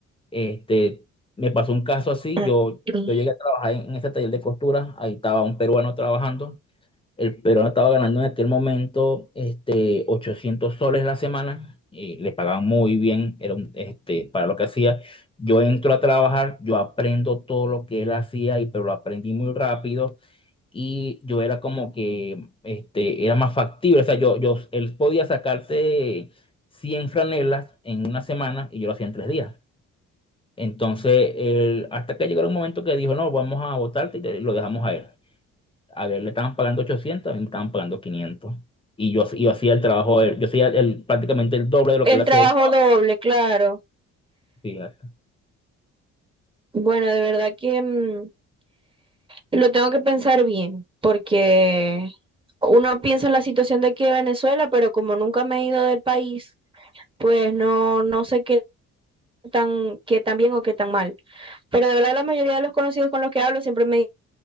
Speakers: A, on the left (about 15°); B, on the right (about 15°).
A: Este, me pasó un caso así,
B: <clears throat>
A: yo, yo llegué a trabajar en, en ese taller de costura, ahí estaba un peruano trabajando. El peruano estaba ganando en aquel momento este, 800 soles la semana, y le pagaban muy bien, era un, este, para lo que hacía. Yo entro a trabajar, yo aprendo todo lo que él hacía, y, pero lo aprendí muy rápido y yo era como que este, era más factible. O sea, yo, yo, él podía sacarte 100 franelas en una semana y yo lo hacía en tres días. Entonces, él- hasta que llegó un momento que dijo, no, vamos a votarte y te- lo dejamos a él. A ver, le estaban pagando ochocientos a mí me estaban pagando quinientos Y yo, yo hacía el trabajo, de él, yo hacía el, prácticamente el doble de lo
B: El
A: que él hacía
B: trabajo
A: el trabajo.
B: doble, claro.
A: Fíjate.
B: Bueno, de verdad que mm, Lo tengo que pensar bien, porque uno piensa en la situación de aquí de Venezuela, pero como nunca me he ido del país, pues no, no sé qué tan, qué tan bien o qué tan mal. Pero de verdad la mayoría de los conocidos con los que hablo siempre me